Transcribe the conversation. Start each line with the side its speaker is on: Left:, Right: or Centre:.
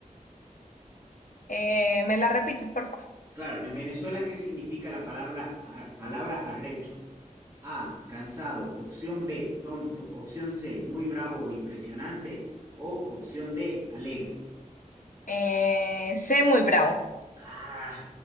Left: Eh, ¿me la repites, por favor?
Right: Claro, en Venezuela, ¿qué significa la palabra, ar- palabra arrecho? A, cansado. Opción B, tonto. Opción C, muy bravo o impresionante. O opción D, alegre.
Left: Eh, sé muy bravo.
Right: Ah,